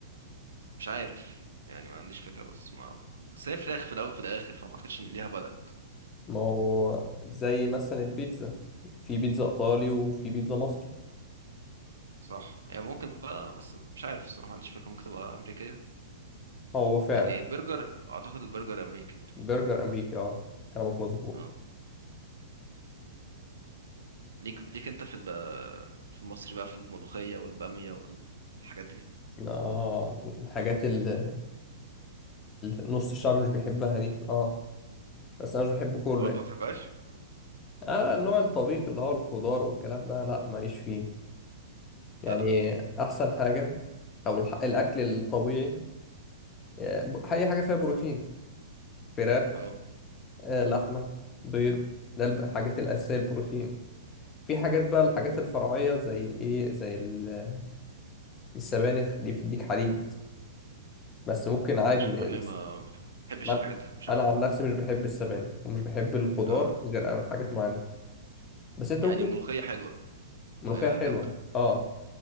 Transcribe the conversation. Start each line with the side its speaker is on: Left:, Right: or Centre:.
Right: مش عارف يعني ما عنديش فكرة بس ما بس هي فراخ في الأول في الآخر فما أعتقدش إن ليها بلد
Left: ما هو زي مثلا البيتزا في بيتزا ايطالي وفي بيتزا مصري
Right: صح هي ممكن بقى بس مش عارف الصراحة ما عنديش فكرة ممكن تبقى أمريكية
Left: آه، هو فعلا
Right: يعني البرجر أعتقد البرجر أمريكي برضه
Left: برجر امريكي اه كلامك مظبوط
Right: اه ليك ليك أنت في ال- في المصري بقى في الملوخية والبامية والحاجات دي
Left: اه الحاجات اللي نص الشعب مش بيحبها دي اه بس انا مش بحبه كله
Right: برضه
Left: يعني
Right: ما تحبهاش
Left: اه النوع الطبيخ اللي هو الخضار والكلام ده لا ماليش فيه يعني
Right: جدع
Left: احسن حاجة او الح... الاكل الطبيعي آه، ب- اي حاجة فيها بروتين فراخ
Right: اه
Left: آه، لحمة بيض ده الب- الحاجات الاساسية البروتين في حاجات بقى الحاجات الفرعية زي الايه زي ال- السبانخ دي بتديك حديد بس ممكن عادي
Right: مش
Left: يعني
Right: عارف
Left: الس-
Right: ليه ما بحبش
Left: من-
Right: الحاجات دي مش عارف
Left: انا
Right: ليه
Left: عن نفسي مش بحب السبانخ ومش بحب الخضار
Right: اه
Left: غير أنا- حاجات معينة بس انت
Right: يعني
Left: ممكن
Right: الملوخية حلوة ملوخية
Left: ملوخية حلوة
Right: جامدة
Left: اه